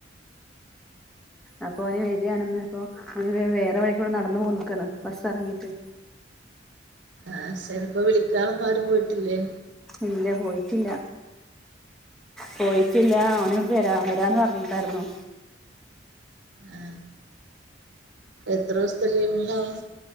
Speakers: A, in the centre; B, on the right.
A: അപ്പൊ അവന് വരികയാണെന്ന് അപ്പൊ അവന് <unintelligible> വേറെ വഴികുടെ നടന്നു പോന്നിക്കണ് ബസ് ഇറങ്ങിയിട്ട്
B: ആ ചിലപ്പോ വിളിക്കാൻ ഒന്ന്‌ ആരും പോയിട്ടില്ലേ
A: ഇല്ല പോയിട്ടില്ല പോയിട്ടില്ല അവന് വെരാ വെരാന്ന് പറഞ്ഞിണ്ടായിരുന്ന്
B: ആ എത്ര ദിവസത്തെ ലീവ് ഇണ്ടാവും